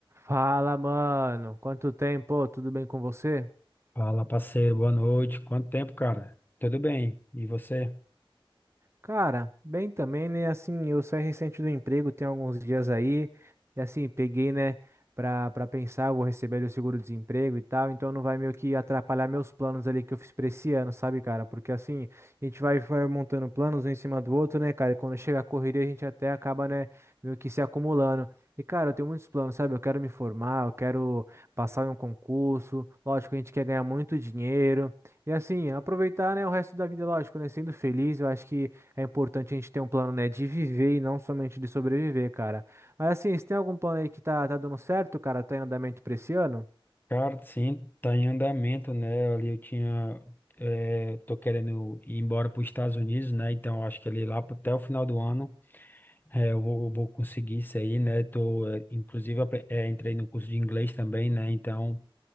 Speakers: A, on the right (about 30°); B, on the left (about 20°).
A: Fala, mano. Quanto tempo? Tudo bem com você?
B: Fala, parceiro, boa noite. Quanto tempo, cara? Tudo bem? E você?
A: Cara, bem também, né? Assim, eu saí recente do emprego, tem alguns dias aí, e assim, peguei, né, pra, pra pensar, eu vou receber ali o seguro-desemprego e tal, então não vai meio que atrapalhar meus planos ali que eu fiz pra esse ano, sabe, cara? Porque assim, a gente vai, vai montando planos um em cima do outro, né, cara? E quando chega a correria, a gente até acaba, né, meio que se acumulando. E, cara, eu tenho muitos planos, sabe? Eu quero me formar, eu quero passar em um concurso. Lógico, a gente quer ganhar muito dinheiro. E, assim, aproveitar, né, o resto da vida, lógico, né? Sendo feliz, eu acho que. É importante a gente ter um plano, né, de viver e não somente de sobreviver, cara. Mas assim, se tem algum plano aí que tá, tá dando certo, cara? Tá em andamento pra esse ano?
B: Cara, sim, tá em andamento, né? Ali eu tinha. eh, tô querendo ir embora para os Estados Unidos, né? Então eu acho que ali lá pro- até o final do ano eh, eu vou, vou conseguir isso aí, né? Tô, eh, inclusive, apre- eh, entrei no curso de inglês também, né? Então